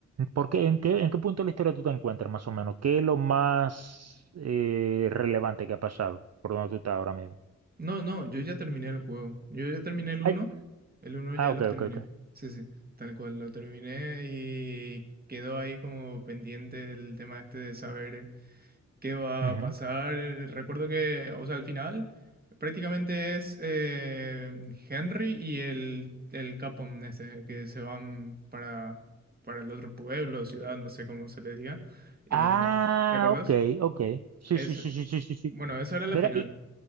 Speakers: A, on the right (about 55°); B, on the right (about 30°).
A: Porque, ¿en qué, en qué punto de la historia tú te encuentras, más o menos? ¿Qué es lo más eh, relevante que ha pasado por donde tú estás ahora mismo?
B: No, no, yo ya terminé el juego. Yo ya terminé el uno.
A: Ay,
B: El uno ya
A: ah, ok,
B: lo terminé.
A: ok, ok.
B: Sí, sí, tal cual, lo terminé y quedó ahí como pendiente el tema este de saber qué va
A: Ujú.
B: a pasar. Recuerdo que, o sea, al final prácticamente es eh, Henry y el, el Capón este, que se van para, para el otro pueblo, ciudad, no sé cómo se le diga. Y,
A: Ah,
B: ¿te acordás?
A: ok, ok. Sí,
B: Es,
A: sí, sí, sí, sí, sí, sí.
B: bueno, esa era la
A: Mira,
B: final.
A: y,